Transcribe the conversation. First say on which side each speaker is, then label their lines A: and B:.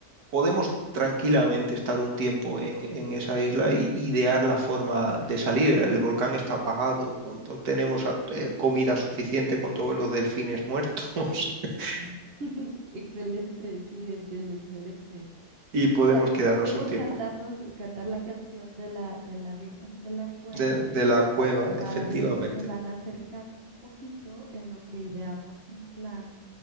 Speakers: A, on the right; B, on the right.
A: podemos tranquilamente estar un tiempo en, en esa isla y idear la forma de salir. El, el volcán está apagado. bueno, pues tenemos a- eh, comida suficiente con todos los delfines muertos <laughs>
B: <laughs> Excelente, sí, es que el excelente.
A: y podemos
B: Y, a-
A: quedarnos
B: y podemos
A: un tiempo
B: cantarnos, cantar la canción de la, de la Virgen de la Cueva
A: de, de la cueva,
B: para
A: efectivamente.
B: ver si se van acercando un poquito en lo que ideamos un plan